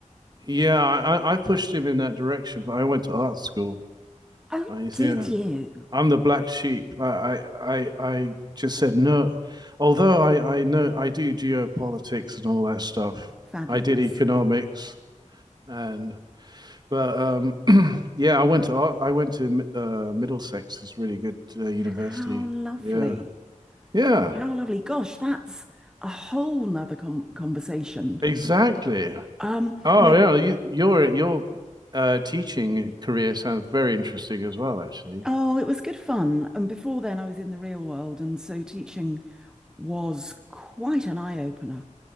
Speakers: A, on the right; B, in the centre.
A: Yeah, I I pushed him in that direction, but I went to art school.
B: Oh,
A: I
B: did
A: yeah.
B: you?
A: I'm the black sheep. I I I, I just said no. Although I I know I do geopolitics and all that stuff.
B: Fabulous.
A: I did economics and But um, <clears throat> yeah, I went to I went to uh, Middlesex. It's a really good uh, university.
B: How lovely.
A: Yeah, yeah,
B: How lovely. Gosh, that's a whole nother com conversation.
A: exactly.
B: Um,
A: Oh
B: my
A: yeah, you, your your uh, teaching career sounds very interesting as well. Actually,
B: oh, it was good fun. And before then, I was in the real world, and so teaching was quite an eye opener.